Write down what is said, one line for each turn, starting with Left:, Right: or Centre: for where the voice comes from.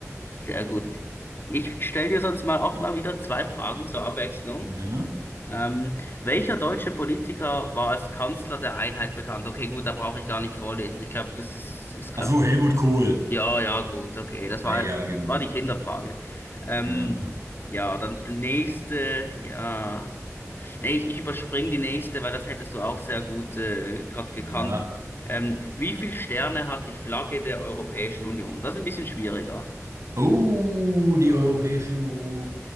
Left: Sehr gut. Ich stelle dir sonst mal auch mal wieder zwei Fragen zur Abwechslung.
Right: Ne?
Left: Ähm, welcher deutsche Politiker war als Kanzler der Einheit bekannt? Okay, gut, da brauche ich gar nicht vorlesen. Ich glaube, das ist, ist klar.
Right: Ach so, Helmut Kohl.
Left: Ja, ja, gut, okay. Das
Right: Ja,
Left: war,
Right: ja, genau.
Left: war die Kinderfrage. Ähm,
Right: Ne?
Left: ja, dann die nächste, ja. Nee, ich, ich überspringe die nächste, weil das hättest du auch sehr gut äh, gerade gekannt.
Right: Ja.
Left: Ähm, wie viele Sterne hat die Flagge der Europäischen Union? Das ist ein bisschen schwieriger.
Right: Oh, die Europäische Union.